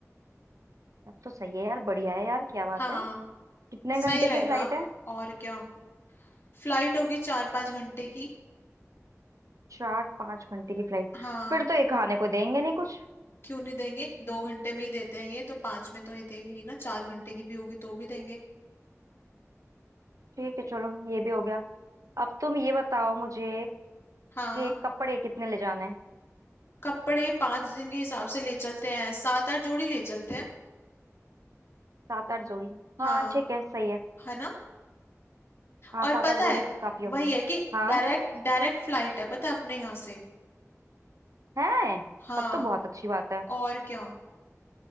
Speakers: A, on the right (about 80°); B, on the left (about 50°).
A: तब तो सही है यार बढ़िया है यार क्या बात
B: हाँ
A: है कितने
B: सही
A: घंटे
B: रहेगा
A: की फ्लाइट है
B: और क्या फ्लाइट होगी चार पाँच घंटे की
A: चार पांच घंटे की फ्लाइट
B: हाँ
A: फिर तो ये खाने को देंगे नहीं कुछ
B: क्यों नहीं देंगे दो घंटे में ही देते हैं ये तो पाँच में तो ये देंगे ही ना चार घंटे की भी होगी तो भी देंगे
A: ठीक है चलो ये भी हो गया अब तुम ये बताओ मुझे
B: हाँ
A: कि कपड़े कितने ले जाने हैं
B: कपड़े पाँच दिन के हिसाब से ले चलते हैं सात आठ जोड़ी ले चलते हैं
A: सात आठ जोड़ी हाँ
B: हाँ
A: ठीक है सही है
B: है ना
A: हाँ
B: और
A: सात
B: पता
A: आठ जोड़ी
B: है
A: से काफी होंगे
B: वही है कि
A: हाँ
B: डायरेक्ट डायरेक्ट फ्लाइट है पता है अपने यहाँ से
A: है
B: हाँ
A: तब तो बहुत अच्छी बात है
B: और क्या